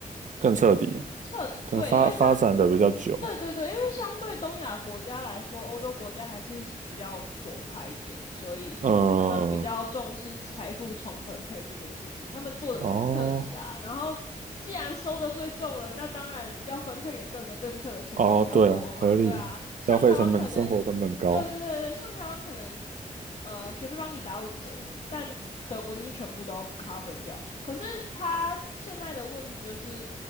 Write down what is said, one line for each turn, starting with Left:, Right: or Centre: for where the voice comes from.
Right: 更彻底啊。
Left: 嗯彻底，
Right: 可能发发展的比较久。
Left: 对，因为他们对对对，因为相对东亚国家来说，欧洲国家还是比较左派一点，所以他们比较重视财富重分配这件事情，
Right: 嗯，
Left: 他们做的比较彻底啦。
Right: 哦
Left: 然后，既然收的税重了，那当然要分配给各个政策的钱就比较多嘛，
Right: 哦，对啊，合理，
Left: 对啊。像台湾可能，
Right: 消费成本、生活成本高。
Left: 对对对对，像台湾可能，呃，学费帮你打五折，但德国就是全部都 cover 掉。可是他现在的问题就是。